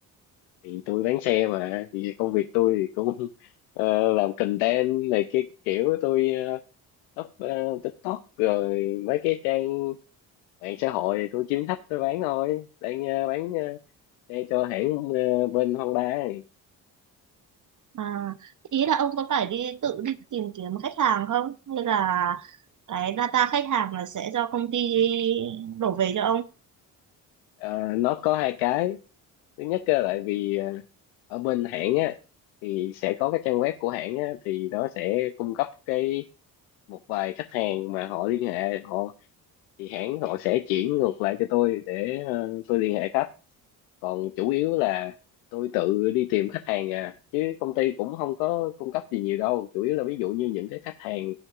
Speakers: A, on the left; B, on the right.
A: thì tôi bán xe mà thì công việc tôi thì cũng <laughs> ờ, làm content này cái kiểu tôi ờ, up ờ, TikTok rồi mấy cái trang mạng xã hội thì tôi kiếm khách tôi bán thôi đang ờ, bán ờ, xe cho hãng ờ, bên Honda này
B: à, ý là ông có phải đi tự đi tìm kiếm khách hàng không hay là cái data khách hàng là sẽ do công ty đổ về cho ông
A: Ờ, nó có hai cái thứ nhất á, tại vì ờ, ở bên hãng á thì sẽ có cái trang web của hãng á thì nó sẽ cung cấp cái một vài khách hàng mà họ liên hệ họ thì hãng họ sẽ chuyển ngược lại cho tôi để ờ, tôi liên hệ khách còn chủ yếu là tôi tự đi tìm khách hàng à chứ công ty cũng không có cung cấp gì nhiều đâu chủ yếu là ví dụ như những cái khách hàng